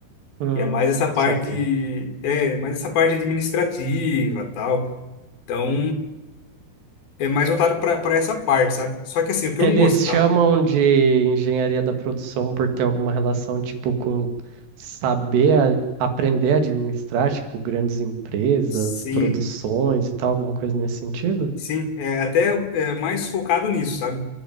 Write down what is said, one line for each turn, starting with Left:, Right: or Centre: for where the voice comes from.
Right: Hum,
Left: E é mais essa parte,
Right: saquei.
Left: é, mais essa parte administrativa, tal. Então, é mais voltado para para essa parte, sabe? Só que assim, o que
Right: Eles
Left: eu não gostava,
Right: chamam de engenharia da produção por ter alguma relação, tipo, com saber a- aprender a administrar, tipo, grandes empresas,
Left: sim,
Right: produções e tal, alguma coisa nesse sentido?
Left: sim, é até é, mais focado nisso, sabe?